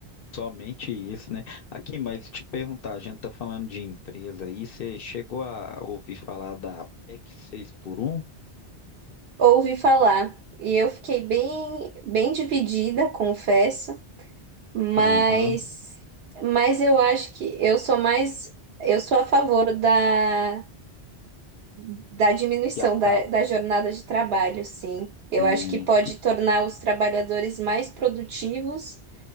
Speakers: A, on the left; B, on the right.
A: Somente isso, né? Aqui, mas te perguntar, a gente tá falando de empresa aí, você chegou a ouvir falar da PEC seis por um?
B: Ouvi falar e eu fiquei bem bem dividida, confesso, mas
A: Aham,
B: mas eu acho que eu sou mais eu sou a favor da da diminuição
A: que acaba.
B: da, da jornada de trabalho, sim. Eu
A: em-
B: acho que pode tornar os trabalhadores mais produtivos